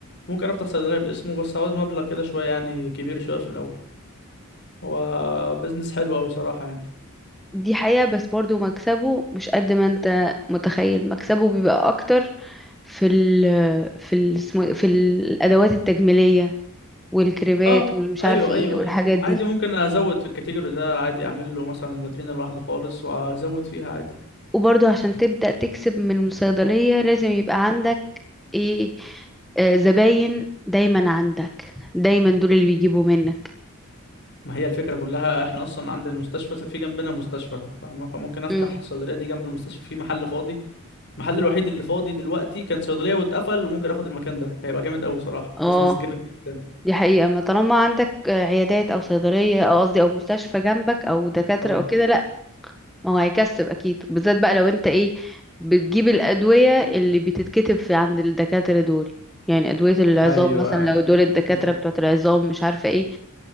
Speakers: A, on the left; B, in the centre.
A: ممكن افتح صيدليه باسمه بس عاوز مبلغ كده شويه يعني كبير شويه في الاول هو بيزنس حلو قوي صراحه يعني
B: دي حقيقة بس برضو مكسبه مش قد ما انت متخيل مكسبه بيبقى أكتر في ال في ال اسمه- إيه، في الأدوات التجميلية والكريبات
A: اه
B: والمش
A: ايوه
B: عارفة
A: ايوه
B: ايه والحاجات
A: ايوه عادي
B: دي
A: ممكن ازود في الكاتيجوري ده عادي اعمل له مثلا فاترينا لوحده خالص وازود فيها عادي
B: وبرضو عشان تبدأ تكسب من الصيدلية لازم يبقى عندك ايه آه، زباين دايما عندك دايما دول اللي بيجيبوا منك
A: ما هي الفكره كلها احنا اصلا عند المستشفى في جنبنا مستشفى فاهمة؟ فممكن افتح
B: مم.
A: الصيدليه دي جنب المستشفى في محل فاضي المحل الوحيد اللي فاضي دلوقتي كان صيدليه واتقفل وممكن اخد المكان ده هيبقى جامد قوي صراحه
B: اه
A: بيزنس جامد جدا
B: دي حقيقة ما طالما عندك آه، عيادات أو صيدلية أو قصدي أو مستشفى جنبك أو دكاترة
A: اه
B: أو كده لأ ما هو هيكسب أكيد وبالذات بقى لو أنت إيه بتجيب الأدوية اللي بتتكتب في عند الدكاترة دول يعني أدوية العظام
A: ايوه
B: مثلا لو دول الدكاترة
A: بالظبط
B: بتوعة العظام مش عارفة إيه